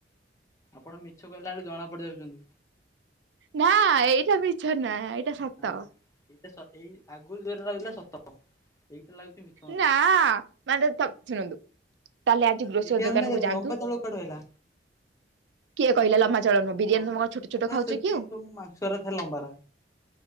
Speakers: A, on the left; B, on the right.
A: ଆପଣ ମିଛ କହିଲା ବେଳେ ଜଣା ପଡି ଯାଉଛନ୍ତି।
B: ନା ଏଇଟା ମିଛନାଁ ଏଇଟା ସତ।
A: ନା ନା ଏଇଟା ସତ ଏଇ ଆଗରୁ ରଉଥିଲା ସତ। ଏଇତ ଲାଗୁଛି ମିଛ। ମତେ।
B: ନା ମାନେ ତମ୍ ଶୁଣନ୍ତୁ। ତାହେଲେ ଆଜି ଗ୍ରୋସରୀ
A: ବିରିୟାନୀରେ
B: ଦୋକାନକୁ ଯାଆନ୍ତୁ।
A: ଲମ୍ବା ଚାଉଳ କୁଆଡୁ ଆଇଲା?
B: କିଏ କହିଲା ଲମ୍ବା ଚାଉଳ ନୁହଁ। ବିରିୟାନୀ
A: ଲମ୍ବା
B: ତମ ଛୋଟ ଛୋଟ
A: ଥାଏ
B: ଖାଉଛ
A: ସେତିକି
B: କିଓ।
A: ସବୁ ମାଂସରା ଥାଏ ଲମ୍ବାରା